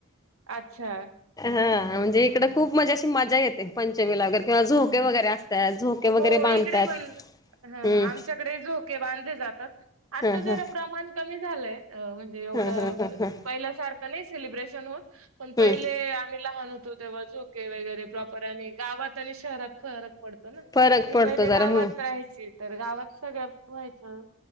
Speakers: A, on the right (about 85°); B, on the left (about 15°).
A: अच्छा
B: हा म्हणजे इकड खूप मंजे अशी मजा येते प किंवा झोके
A: हं, हं.
B: वगैरे असतात झोके वगैरे
A: हो
B: बांधतात
A: इकडे पण हा
B: हम्म
A: हा आमच्याकडे झोके बांधले जातात आता
B: ह
A: जरा
B: ह
A: प्रमाण कमी झालंय अ म्हणजे एवढं
B: ह ह ह ह
A: पहिल्या सारखं नाही सेलिब्रेशन होत पण पहिले
B: हम्म
A: आम्ही लहान होत तेव्हा झोके वगैरे प्रॉपर आणि गावात आणि शहरात फरक पडतो ना
B: फरक
A: मी
B: पडतो
A: पहिले
B: जरा
A: गावात
B: हं
A: राहायची तर गावात सगळ्यात व्हायचं